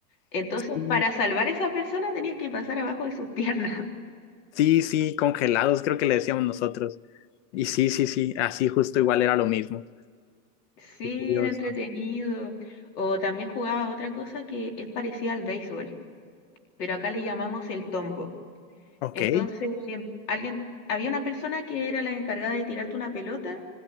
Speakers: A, on the left; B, on the left.
A: Entonces,
B: Sí,
A: para salvar a esa persona tenías que pasar abajo de sus piernas. <laughs>
B: sí, sí, congelados, creo que le decíamos nosotros. Y sí, sí, sí, así justo igual era lo mismo.
A: Sí,
B: Qué curioso.
A: era entretenido. O también jugaba otra cosa que es parecida al béisbol, pero acá le llamamos el tombo.
B: Ok.
A: Entonces, alguien, había una persona que era la encargada de tirarte una pelota